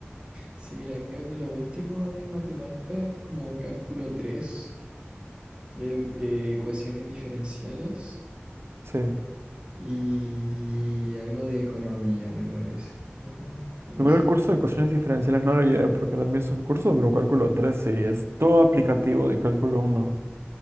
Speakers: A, on the right; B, on the right.
A: Sí, mira, creo que lo último de matemáticas es como cálculo tres eh, eh, ecuaciones diferenciales
B: Sí.
A: y algo de economía, me parece. ¿no? Algo
B: Primero
A: así.
B: el
A: era.
B: curso de ecuaciones diferenciales no lo llevé porque también es un curso, pero cálculo 3 sí, es todo aplicativo de cálculo uno